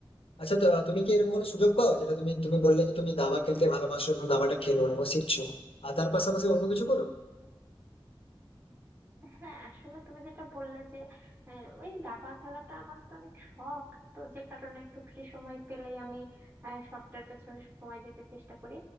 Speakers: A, on the left; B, on the right.
A: আচ্ছা তো তুমি কি এরকম কোনো সুযোগ পাও যেটা তুমি তুমি বললে যে তুমি দাবা খেলতে ভালোবাসো এবং দাবাটা খেলো এবং শিখছো আর তার পাশাপাশি অন্য কিছু করো
B: হ্যাঁ আসলে তুমি যেটা বললে যে আহ, ওই দাবা খেলাটা আমার তো অনেক শখ তো যে কারণে একটু ফ্রি সময় পেলেই আমি আহ, শখটার পেছনে সময় দিতে চেষ্টা করি